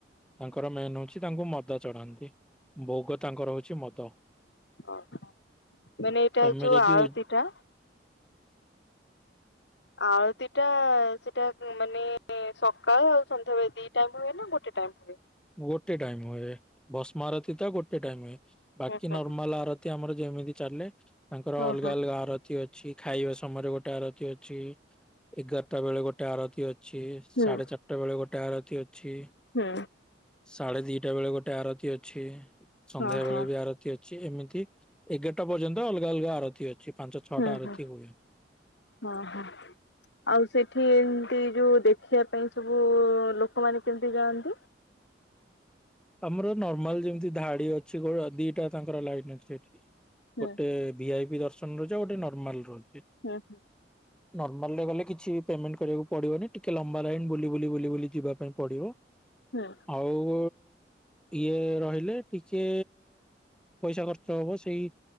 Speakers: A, in the centre; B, on the left.
A: ତାଙ୍କର ମେନ୍ ହଉଛି ତାଙ୍କୁ ମଦ ଚଢାନ୍ତି। ଭୋଗ ତାଙ୍କର ହଉଛି ମଦ
B: ହଁ ମାନେ ଏଇଟା
A: ତମେ
B: ଯୋଉ
A: ଯଦି
B: ଆଳତି
A: ହୁଁ।
B: ଟା ଆଳତି ଟା ସେଟା ମାନେ ସକାଳ ଆଉ ସନ୍ଧ୍ୟାବେଳେ ଦି ଟା ହୁଏ ନା ଗୋଟେ ଟାଇମ୍ ହୁଏ।
A: ଗୋଟେ ଟାଇମ ହୁଏ ବସ୍ମାରତି ତ ଗୋଟେ ଟାଇମ ହୁଏ। ବାକି
B: ହୁଁ ହୁଁ।
A: ନର୍ମାଲ ଆରତି ଆମର ଯେମିତି ଚାଲେ ତାଙ୍କର
B: ହଁ
A: ଅଲଗା
B: ହଁ
A: ଅଲଗା ଆରତ ଆରତି ଅଛି ଖାଇବା ସମୟରେ ଗୋଟେ ଆରତି ଅଛି ଏଗାରଟା ବେଳେ ଗୋଟେ ଆରତି ଅଛି।
B: ହୁଁ
A: ସାଢେ ଚାରିଟା ବେଳେ ଗୋଟେ ଆରତି ଅଛି।
B: ହୁଁ।
A: ସାଢେ ଦିଟା ବେଳେ ଗୋଟେ ଆରତି ଅଛି ସନ୍ଧ୍ୟା
B: ହଁ ହଁ
A: ବେଳେ ବି ଆରତ ତି ଅଛି ଏମିତି ଏଗାରଟା ପର୍ଯ୍ୟନ୍ତ ଅଲଗା ଅଲଗା ଆରତି ଅଛି। ପାଞ୍ଚ ଛଅଟା
B: ହୁଁ
A: ଆରତି
B: ହୁଁ
A: ହୁଏ।
B: ହଁ ହଁ। ଆଉ ସେଠି ଏମତି ଯୋଉ ଦେଖିବା ପାଇଁ ସବୁ ଲୋକମାନେ କେମିତି ଯାଆନ୍ତି।
A: ଆମର ନର୍ମାଲ ଯେମିତି ଧାଡି ଅଛି ଦିଟା ତାଙ୍କର ଲାଇଟ ଅଛି ସେଠି।
B: ହୁଁ
A: ଗୋଟେ ଭିଆଇ ପି ଦର୍ଶନ ରହୁଛି ଆଉ ଗୋଟେ ନର୍ମାଲ ରହୁଛି।
B: ହୁଁ।
A: ନର୍ମାଲ ରେ ଗଲେ କିଛି ପେମେଣ୍ଟ କରିବାକୁ ପଡିବନି ଟିକେ ଲମ୍ବା ଲାଇନ ବୁଲି ବୁଲି ବୁଲି ବୁଲି ଯିବା ପାଇଁ ପଡିବ।
B: ହେଁ।
A: ଆଉ ଇଏ ରହିଲେ ଟିକେ ପଇସା ଖର୍ଚ୍ଚ ହବ ସେଇ